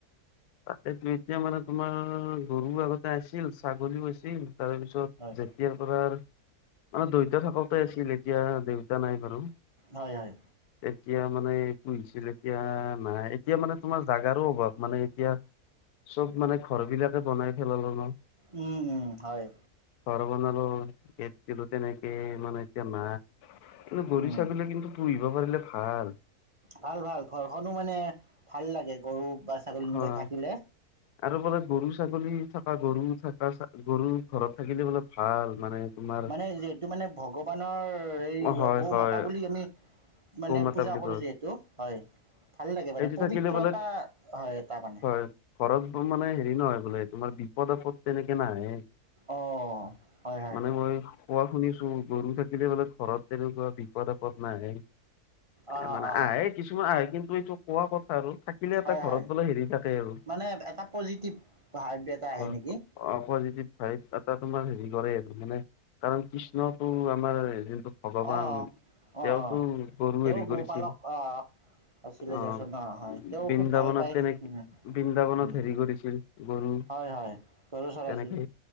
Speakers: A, on the left; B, on the right.
A: তাতে এতিয়া মানে তোমাৰ গৰু আগতে আছিল ছাগলীও আছিল তাৰপিছত- ত'
B: হয়,
A: যেতিয়াৰ পৰা মানে দেউতা থাকোতে আছিল এতিয়া দেউতা নাই বাৰু।
B: হয় হয়।
A: এতিয়া মানে পুহিছিল এতিয়া নাই, এতিয়া মানে তোমাৰ জাগাৰো অভাৱ মানে। এতিয়া চব মানে ঘৰ বিলাকে বনাই পেলালো ন।
B: উমঁ উমঁ, হয়।
A: ঘৰ বনালো এইত কিন্তু তেনেকে মানে এতিয়া নাই। কিন্তু গৰু
B: উম,
A: ছাগলী কিন্তু পুহিব পাৰিলে ভাল।
B: ভাল ভাল ঘৰখনো মানে ভাল লাগে গৰু বা ছাগলী
A: হয়
B: এনেকৈ থাকিলে।
A: আৰু বোলে গৰু-ছাগলী থকা গৰু থকা গৰু ঘৰত থাকিলে বোলে- ভাল মানে- তোমাৰ
B: মানে এইটো মানে ভগৱানৰ এই
A: হয়
B: গৌ
A: হয়
B: মাতা বুলি আমি- মানে
A: গৌমাতা
B: পূজা
A: বুলি
B: কৰোঁ
A: কয়
B: যিহেতু হয়। ভাল লাগে মানে
A: এইটো
B: পবিত্ৰতা
A: থাকিলে বোলে
B: হয় এটা মানে।
A: হয় ঘৰত মানে হেৰি নহয় বোলে তোমাৰ বিপদ আপদ তেনেকে নাহে।
B: অঁ হয় হয়
A: মানে মই কোৱা শুনিছো গৰু থাকিলে বোলে- ঘৰত তেনেকুৱা বিপদ আপদ নাহে,
B: অঁ
A: এ মানে
B: অঁ
A: আহে- কিছুমান আহে কিন্তু এইটো কোৱা কথা আৰু থাকে- পিনে এটা
B: হয়
A: ঘৰত
B: হয়
A: বোলে হেৰি থাকে আৰু
B: মানে এটা পজিটিভ ভাইব এটা আহে
A: অ'।
B: নেকি
A: অ' পজিটিভ ভাই এটা তোমাৰ হেৰি কৰে মানে- কাৰণ কৃষ্ণটো আমাৰ- ভগৱান
B: অঁ অঁ
A: তেওঁতো
B: অঁ
A: গৰু
B: তেওঁ
A: হেৰি
B: গোপালক
A: কৰিছিল-
B: অঁ আছিলে
A: অহ'
B: দিয়াচোন অঁ হয় তেওঁ
A: বৃন্দাবনত
B: খুব ভাল পায়
A: তেনেকে
B: উম,
A: বৃন্দাবনত
B: উম।
A: হেৰি কৰিছিল। গৰু
B: হয় হয়, গৰু চৰাইছিল,
A: তেনেকে